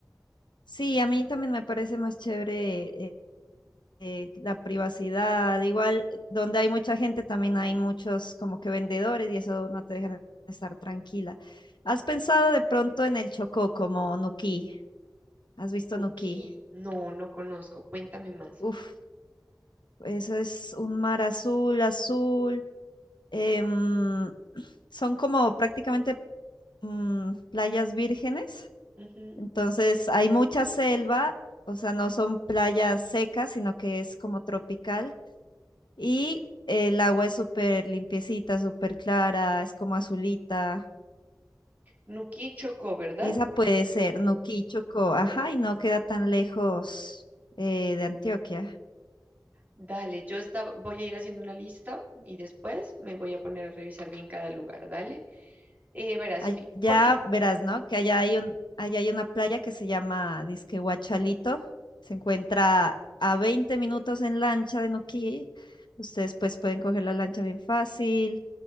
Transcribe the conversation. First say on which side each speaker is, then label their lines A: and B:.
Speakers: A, on the left; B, on the right.
A: sí, a mí también me parece más chévere eh, eh, la privacidad, igual eh, donde hay mucha gente también hay muchos como que vendedores y eso no te dejan estar tranquila. ¿Has pensado de pronto en el Chocó como Nuquí? ¿Has visto
B: Nuki,
A: Nuquí?
B: no, no conozco, cuéntame más.
A: Uf, eso es un mar azul, azul. em, <clears throat> son como prácticamente mm, playas vírgenes,
B: Ujú.
A: entonces hay mucha selva, o sea, no son playas secas, sino que es como tropical. Y el agua es súper limpiecita, súper clara, es como azulita.
B: Nuki Chocó, ¿verdad?
A: Esa puede ser Nuquí, Chocó. Ajá, y no queda tan lejos eh, de Antioquia.
B: Dale, yo esta- voy a ir haciendo una lista y después me voy a poner a revisar bien cada lugar, dale. Eh, verás,
A: Allá
B: Sofi, porque
A: verás, ¿no? Que allá
B: Ajá.
A: hay un, allá hay una playa que se llama Disque Guachalito. Se encuentra a 20 minutos en lancha de Nuquí. Ustedes pues pueden coger la lancha bien fácil.